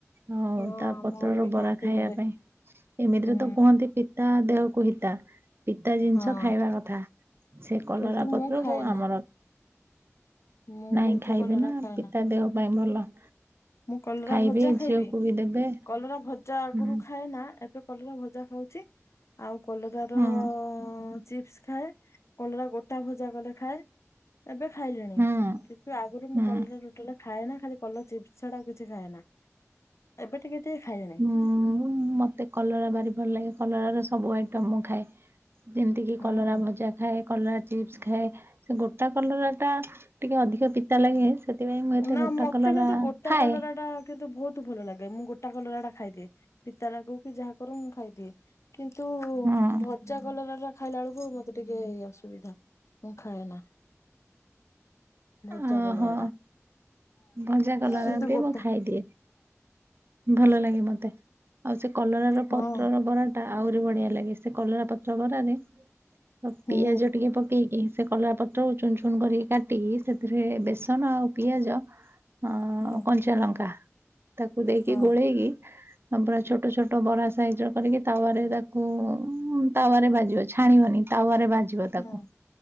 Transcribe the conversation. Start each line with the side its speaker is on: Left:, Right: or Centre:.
Right: ହଉ
Left: ହଁ
Right: ତା
Left: ଆମର
Right: ପତ୍ରର
Left: ବି
Right: ବରା
Left: ଖାଆନ୍ତି
Right: ଖାଇବା
Left: ଘରେ
Right: ପାଇଁ ଏମିତିରେ
Left: ହୁଁ
Right: ତ କୁହନ୍ତି ଟି ତା ଦେହକୁ ହିତା ପିତା ଜିନିଷ
Left: ହଁ
Right: ଖାଇବା କଥା ସେ କଲରା
Left: କିନ୍ତୁ ମୁଁ
Right: ପତ୍ରକୁ
Left: ଖାଏ ନା।
Right: ଆମର
Left: ମୁଁ
Right: ନାଇଁ
Left: କିନ୍ତୁ
Right: ଖାଇବେ
Left: କଲରା
Right: ନା
Left: ଖାଏ
Right: ପିତା ଦେହ ପାଇଁ ଭଲ।
Left: ମୁଁ କଲରା
Right: ଖାଇବେ
Left: ଭଜା ଖାଇବି,
Right: ଝିଅକୁ ବି ଦେବେ
Left: କଲରା ଭଜା ଆଗରୁ
Right: ହୁଁ
Left: ଖାଏ ନା ଏବେ କଲରା ଭଜା ଖାଉଛି। ଆଉ କଲରା ର
Right: ହୁଁ
Left: ଚିପ୍ସ ଖାଏ, କଲରା ଗୋଟା ଭଜା କଲେ ଖାଏ। ଏବେ ଖାଇଲିଣି,
Right: ହୁଁ
Left: କିନ୍ତୁ ଆଗରୁ
Right: ହୁଁ
Left: ମୁଁ କଲରା ରୋଟାଟା ଖାଏନା ଖାଲି କଲରା ଚିପ୍ସ ସେଡା କିଛି ଖାଏନା, ଏବେ ଟିକେ ଟିକେ ଖାଏ
Right: ଉନ୍ ମୋତେ କଲରା ଭାରି ଭଲ ଲାଗେ କଲରା ର ସବୁ ଆଇଟମ୍ ମୁଁ ଖାଏ। ଯେମିତି କିି
Left: ହୁଁ
Right: କଲରା ଭଜା ଖାଏ। କଲରା ଚିପ୍ସ ଖାଏ, ସେ ଗୋଟା କଲରା ଟା ଟିକେ ଅଧିକ ପିତା ଲାଗେ। ସେଥିପାଇଁ ମୁଁ ଏତେ
Left: ନା
Right: ଗୋଟା
Left: ମତେ
Right: କଲରା
Left: କିନ୍ତୁ ଗୋଟା
Right: ଖାଏ
Left: କଲର ଟା କିନ୍ତୁ ବହୁତ ଭଲ ଲାଗେ। ମୁଁ ଗୋଟା କଲରା ଟା ଖାଇଦିଏ। ପିତା ଲାଗୁ କି ଯାହା କରୁ ମୁଁ ଖାଇଦିଏ। କିନ୍ତୁ
Right: ହଁ
Left: ଭଜା କଲରା ଟା ଖାଇଲା ବେଳକୁ ମତେ ଟିକେ ଅସୁବିଧା ମୁଁ ଖାଏ ନା। ଭଜା
Right: ଓହୋ
Left: କଲରା ଟା।
Right: ଭଜା କଲରା
Left: କିନ୍ତୁ
Right: ବି
Left: ଗୋଟା
Right: ମୁଁ ଖାଇ ଦିଏ। ଭଲ ଲାଗେ ମତେ। ଆଉ ସେ କଲର ର
Left: ହଁ
Right: ପତ୍ରର ବରା ଟା ଆହୁରି ବଢିଆ ଲାଗେ ସେ। ସେ କଲରା ପତ୍ର ଭରାରେ ଆଉ
Left: ହୁଁ
Right: ପିଆଜ ଟିକେ ପକେଇକି ସେ କଲରା ପତ୍ର ଚୁନ ଚୁନ କରିକି କାଟିକି ସେଥିରେ ବେସନ ଆଉ ପିଆଜ ଅ
Left: ହୁଁ
Right: କଞ୍ଚା ଲଙ୍କା ତାକୁ ଦେଇକି
Left: ହଁ
Right: ଗୋଳେଇକି ତାକୁ ପୁରା ଛୋଟ ଛୋଟ ବରା ସାଇଜ ର କରିକି ତାୱାରେ ତାକୁ ତାୱାରେ ଭାଜିବ ଛାଣିବନି। ତାୱରେ ଭାଜିବ ତାକୁ,
Left: ହୁଁ